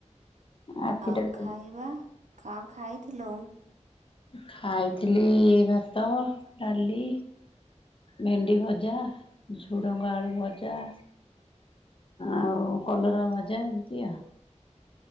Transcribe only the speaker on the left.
ଆଖିଟାକୁ
ଖାଇଥିଲି ଭାତ ଡାଲି ଭେଣ୍ଡି ଭଜା ଝୁଡଙ୍ଗା ଆଳୁ ଭଜା। ଆଉ କଲରା ଭଜା ଏମିତି ଆଉ